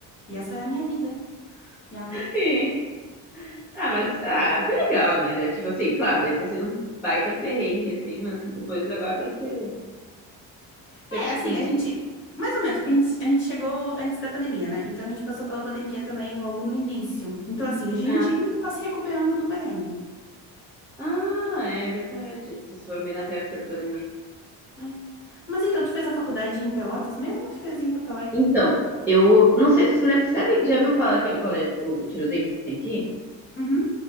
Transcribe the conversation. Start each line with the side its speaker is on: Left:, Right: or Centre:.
Left: E essa é a minha vida. já
Centre: Sim. Ah, mas ah, foi legal, né? Deve- Tipo assim, claro, deve ter sido um baita perrengue, assim, mas depois agora deve ter se
Left: É,
Centre: acostumou.
Left: assim, a gente. Mais ou menos, porque a gente, a gente chegou antes da pandemia, né? Então a gente passou pela pandemia também logo no início. Então, assim, a gente
Centre: Ah,
Left: ainda tá se recuperando do perrengue.
Centre: ah, é verdade. Vocês foram bem na época da pandemia.
Left: É. Mas então, tu fez a faculdade em Pelotas mesmo ou tu fez em Porto Alegre?
Centre: Então, eu não sei se você lembra, sabe, já viu falar aquele colégio, o Tiradentes que tem aqui?
Left: Uhum,